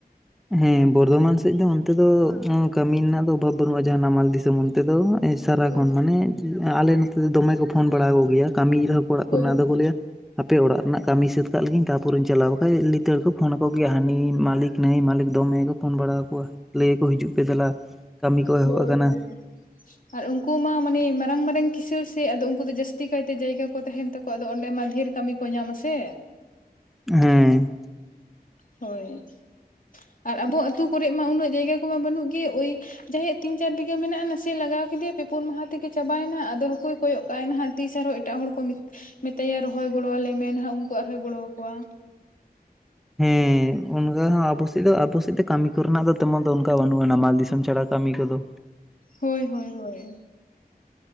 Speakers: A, in the centre; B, on the left (about 55°).
A: ᱦᱮᱸ ᱵᱚᱨᱫᱷᱚᱢᱟᱱ ᱥᱮᱡ ᱫᱚ ᱚᱱᱛᱮ ᱫᱚ ᱠᱟᱹᱢᱤ ᱨᱮᱱᱟᱜ ᱫᱚ ᱚᱵᱷᱟᱵ ᱵᱟᱹᱱᱩᱜ-ᱟ᱾ ᱡᱟᱦᱟᱸ ᱱᱟᱢᱟᱞ ᱫᱤᱥᱚᱢ ᱚᱱ ᱛᱮ ᱫᱚ ᱮ ᱥᱟᱨᱟᱠᱷᱚᱱ
B: ᱦᱳᱭ
A: ᱢᱟᱱᱮ ᱟᱞᱮ ᱱᱚᱛᱮ ᱫᱚ ᱫᱚᱢᱮ ᱠᱚ ᱯᱷᱳᱱ ᱵᱟᱲᱟ ᱠᱚ ᱜᱮᱭᱟ ᱠᱟᱹᱢᱤ ᱨᱮᱦᱚᱸ ᱚᱲᱟᱜ
B: ᱦᱳᱭ
A: ᱠᱚᱨᱮᱱᱟᱜ ᱟᱫᱚ ᱠᱚ ᱞᱟᱹᱭᱟ ᱦᱟᱯᱮ ᱚᱲᱟᱜ ᱨᱮᱱᱟᱜ ᱠᱟᱹᱢᱤ ᱥᱟᱹᱛ ᱠᱟᱜ ᱞᱮᱜᱤᱧ ᱛᱟᱯᱚᱨᱮᱧ ᱪᱟᱞᱟᱜ-ᱟ ᱵᱟᱠᱷᱟᱡ ᱞᱤᱛᱟᱹᱲ ᱠᱚ ᱯᱷᱳᱱ ᱟᱠᱚ ᱜᱮᱭᱟ ᱦᱟᱹᱱᱤ ᱢᱟᱹᱞᱤᱠ ᱱᱟᱹᱭ ᱢᱟᱹᱞᱤᱠ ᱫᱚᱢᱮ ᱠᱚ ᱯᱳᱱ ᱵᱟᱲᱟ ᱟᱠᱚᱣᱟ᱾ ᱞᱟᱹᱭ ᱟᱠᱚ ᱦᱤᱡᱩᱜ ᱯᱮ ᱫᱮᱞᱟ ᱠᱟᱹᱢᱤ ᱠᱚ ᱮᱦᱚᱵ
B: ᱦᱳᱭ
A: ᱠᱟᱱᱟ᱾
B: ᱦᱳᱭ ᱟᱨ ᱩᱱᱠᱩ ᱢᱟ ᱢᱟᱱᱮ ᱢᱟᱨᱟᱝ ᱢᱟᱨᱟᱝ ᱠᱤᱥᱟᱹᱲ ᱥᱮ ᱟᱫᱚ ᱩᱱᱠᱩ ᱫᱚ ᱡᱟᱹᱥᱛᱤ ᱠᱟᱭᱛᱮ ᱡᱟᱭᱜᱟ ᱠᱚ ᱛᱟᱦᱮᱱ ᱛᱟᱠᱚ ᱠᱚᱣᱟ᱾ ᱟᱫᱚ ᱚᱸᱰᱮ ᱢᱟ ᱫᱷᱮᱨ ᱠᱟᱹᱢᱤ ᱠᱚ ᱧᱟᱢᱟ ᱥᱮ᱾
A: ᱦᱮᱸ᱾
B: ᱦᱳᱭ, ᱟᱨ ᱟᱵᱚ ᱟᱛᱩ ᱠᱚᱨᱮᱜ ᱢᱟ ᱩᱱᱟᱹᱜ ᱡᱟᱭᱜᱟ ᱠᱚᱢᱟ ᱵᱟᱹᱱᱩᱜ ᱜᱮ ᱳᱭ ᱡᱟᱦᱟᱸᱭᱟᱜ ᱛᱤᱱ ᱪᱟᱨ ᱵᱤᱜᱷᱟᱹ ᱢᱮᱱᱟᱜ-ᱟ ᱱᱟᱥᱮ ᱞᱟᱜᱟᱣ ᱠᱮᱫᱮᱟᱭ᱾ ᱯᱮ-ᱯᱩᱱ ᱢᱟᱦᱟ ᱛᱮᱜᱮ ᱪᱟᱵᱟᱭᱱᱟ ᱟᱫᱚ ᱦᱟᱹᱯᱳᱭ ᱠᱚᱭᱚᱜ ᱠᱟᱜᱟᱭ ᱱᱟᱦᱟᱜ ᱛᱤᱥ ᱟᱨᱦᱚᱸ ᱮᱴᱟᱜ ᱦᱚᱲ ᱠᱚ ᱢᱮᱛᱟᱭᱟ ᱨᱚᱦᱚᱭ ᱜᱚᱲᱚᱣᱟᱞᱮ ᱢᱮ ᱱᱟᱦᱟᱜ ᱩᱱᱠᱩ ᱟᱨᱚᱦᱚᱭ ᱜᱚᱲᱚᱣᱠᱚᱣᱟ᱾
A: ᱦᱮᱸ ᱚᱱᱠᱟ ᱦᱚᱸ ᱟᱵᱚ ᱥᱮᱫ ᱫᱚ ᱟᱵᱚ ᱥᱮᱫ ᱫᱚ ᱠᱟᱹᱢᱤ ᱠᱚᱨᱮᱱᱟᱜ ᱫᱚ ᱛᱮᱢᱚᱱ ᱫᱚ ᱚᱱᱠᱟ ᱵᱟᱹᱱᱩᱜ-ᱟ ᱱᱟᱢᱟᱞ ᱫᱤᱥᱚᱢ ᱪᱷᱟᱲᱟ ᱠᱟᱹᱢᱤ ᱠᱚᱫᱚ᱾
B: ᱦᱳᱭ ᱦᱳᱭ ᱦᱳᱭ᱾